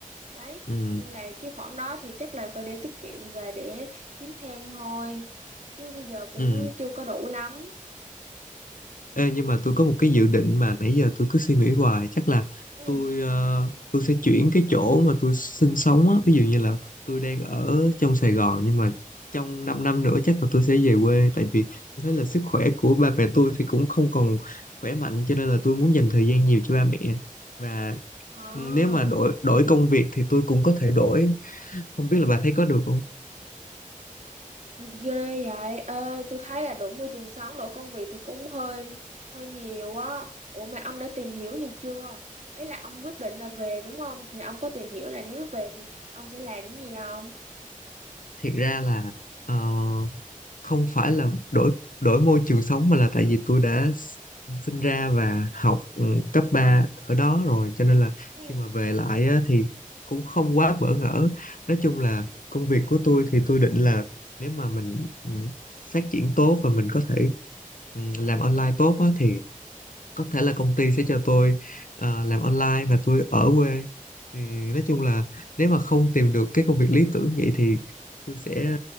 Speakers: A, on the right; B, on the left.
A: đấy
B: ừ,
A: nên là cái khoản đó thì chắc là phải để tiết kiệm và để kiếm thêm thôi chứ bây giờ cũng
B: ừ.
A: chưa có đủ lắm
B: Ê, nhưng mà tôi có một cái dự định mà nãy giờ tôi cứ suy nghĩ hoài chắc là
A: ừ
B: tôi ờ, tôi sẽ chuyển cái chỗ mà tôi sinh sống á ví dụ như là tôi đang ở trong Sài Gòn nhưng mà trong 5 năm năm nữa chắc là tôi sẽ về quê tại vì tôi thấy là sức khỏe của ba mẹ tôi thì cũng không còn khỏe mạnh cho nên là tôi muốn dành thời gian nhiều cho ba mẹ và
A: Ờ.
B: nếu mà đổi đổi công việc thì tôi cũng có thể đổi không biết là bà thấy có được không
A: ghê vậy ê tôi thấy là đổi môi trường sống đổi công việc thì cũng hơi hơi nhiều á ủa mà ông đã tìm hiểu gì chưa Ý là ông quyết định là về đúng không thì ông có tìm hiểu là nếu về thì ông sẽ làm cái gì không
B: thiệt ra là ờ, không phải là đổi đổi môi trường sống mà là tại vì tôi đã sinh ra và học ừ, cấp 3 ở đó rồi cho nên là
A: ừ
B: khi mà về lại á, thì cũng không quá bỡ ngỡ nói chung là công việc của tôi thì tôi định là nếu mà mình ừ, phát triển tốt và mình có thể ừ, làm online tốt á, thì có thể là công ty sẽ cho tôi ờ, làm online và tôi ở quê thì nói
A: Ừ.
B: chung là
A: Ừ.
B: nếu mà không tìm được cái công việc lý tưởng vậy thì tôi sẽ